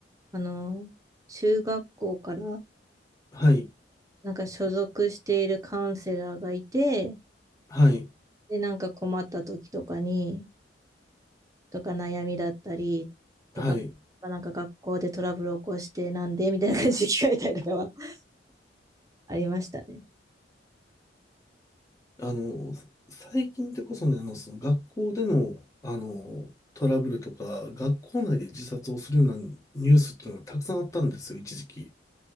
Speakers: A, on the right; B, on the left.
A: あの、中学校から
B: はい、
A: なんか所属しているカウンセラーがいて、
B: はい、
A: で、なんか困った時とかに、とか悩みだったりとか、
B: はい。
A: なんか学校でトラブル起こしてなんでみたいな感じで聞かれたりとかは <laughs> ありましたね。
B: あの、最近ってこそね、あの、その学校での、あの、トラブルとか、学校内で自殺をするようなニュースっていうのがたくさんあったんですよ、一時期。